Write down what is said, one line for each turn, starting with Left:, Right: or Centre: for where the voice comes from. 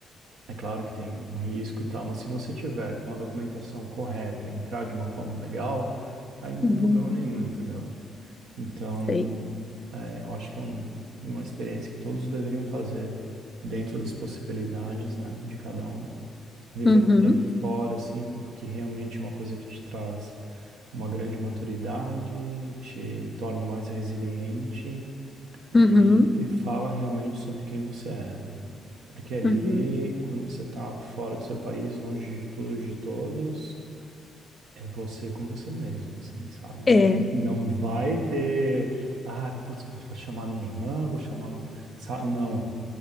Right: É claro que tem um risco e tal, mas se você tiver com a documentação correta e entrar de uma forma legal, aí não
Left: Uhum,
Right: tem problema nenhum, entendeu? Então,
Left: <laughs> sei.
Right: é, eu acho que é um- uma experiência que todos deveriam fazer dentro das possibilidades, né, de cada um. Viver
Left: Uhum,
Right: um tempo fora, assim, porque realmente é uma coisa que te traz uma grande maturidade, te torna mais resiliente e,
Left: uhum,
Right: e fala realmente sobre quem você é, né? Porque ali,
Left: uhum.
Right: quando você está fora do seu país, longe de tudo, e de todos, é você com você mesmo, assim, sabe? Nin-
Left: É,
Right: Não vai ter, ah, putz, vou chamar minha irmã, vou chamar meu. sa- Não,